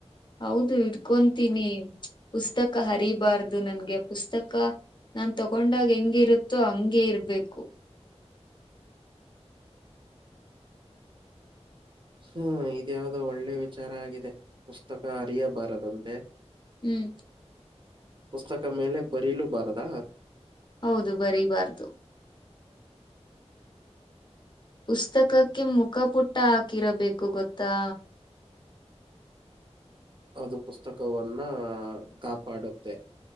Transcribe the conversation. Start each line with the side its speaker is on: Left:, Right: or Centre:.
Left: ಹೌದು ಇಡ್ಕೊತೀನಿ ಪುಸ್ತಕ ಹರಿಬಾರ್ದು ನನ್ಗೆ ಪುಸ್ತಕ ನನ್ ತಗೊಂಡಾಗ ಹೆಂಗಿರುತ್ತೋ ಹಂಗಗೆ ಇರ್ಬೇಕು
Right: ಹ್ಮ ಇದ್ಯಾವ್ದೋ ಒಳ್ಳೆ ವಿಚಾರ ಆಗಿದೆ ಪುಸ್ತಕ ಅರಿಯಬಾರದಂತೆ
Left: ಹ್ಮ್
Right: ಪುಸ್ತಕ ಮೇಲೆ ಬರೀಲೂ ಬಾರದಾ
Left: ಹೌದು ಬರಿಬಾರ್ದು ಪುಸ್ತಕಕ್ಕೆ ಮುಖ ಪುಟ್ಟ ಹಾಕಿರಬೇಕು ಗೊತ್ತಾ
Right: ಅದು ಪುಸ್ತಕವನ್ನ ಕಾಪಾಡುತ್ತೆ